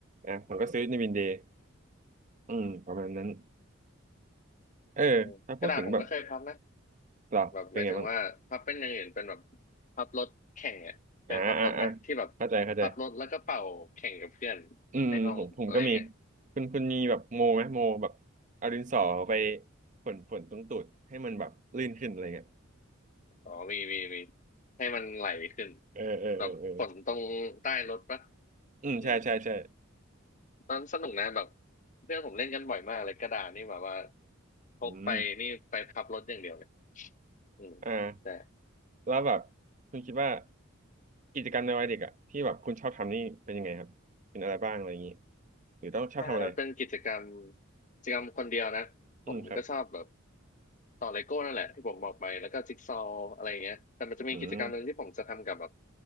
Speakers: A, on the right; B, on the left.
A: อ่ะผมก็ซื้อในวินเดย์อืมประมาณนั้น เออถ้าพูดถึงแบบ
B: อืมกระดาษผมก็เคยพับนะ
A: เราเป็นไงบ้าง
B: แบบหมายถึงว่าพับเป็นอย่างอื่นเป็นแบบพับรถแข่งอ่ะเคยพับรถไหมที่แบบ
A: อ่าอ่าอ่าเข้าใจเข้าใจ
B: พับรถแล้วก็เป่าแข่งกับเพื่อน
A: อืมผมผมก็มี
B: ในห้องอะไรเงี้ย
A: คุณคุณมีแบบโมไหมโมแบบเอาดินสอไปฝนฝนตรงตูดให้มันแบบลื่นขึ้นอะไรเงี้ย
B: อ๋อมี มี มี ให้มันไหลขึ้น
A: เออเออเออเออ
B: แบบฝนตรงใต้รถปะ
A: อืมใช่ใช่ใช่
B: อืมตอนสนุกนะแบบเพื่อนผมเล่นกันบ่อยมากเลยกระดาษนี่แบบว่าพกไปนี่ไปพับรถอย่างเดียวเลย
A: อืม
B: อืมใช่
A: อ่าแล้วแบบคุณคิดว่ากิจกรรมในวัยเด็กอะที่แบบคุณชอบทำนี่เป็นยังไงครับเป็นอะไรบ้างอะไรอย่างงี้หรือต้องชอบทำอะไร
B: ถ้าเป็นกิจกรรมกิจกรรมคนเดียวนะผมก็ชอบแบบ
A: อืมครับ
B: ต่อเลโก้นั่นแหละที่ผมบอกไปแล้วก็จิ๊กซอว์อะไรอย่างเงี้ยแต่มันจะมีกิจกรรมหนึ่งที่ผมจะทำกับแบบ
A: อืม